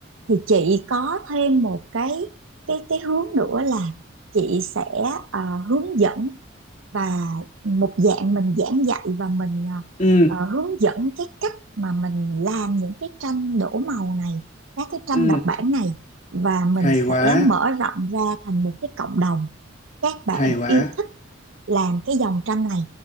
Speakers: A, on the right; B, on the left.
A: thì chị có thêm một cái cái cái hướng nữa là chị sẽ ờ, hướng dẫn và một dạng mình giảng dạy và mình à,
B: ừ
A: ờ, hướng dẫn cái cách mà mình làm những cái tranh đổ màu này các cái tranh
B: ừ
A: độc bản này và mình
B: hay
A: sẽ
B: quá
A: mở rộng ra thành một cái cộng đồng các bạn
B: hay quá
A: yêu thích làm cái dòng tranh này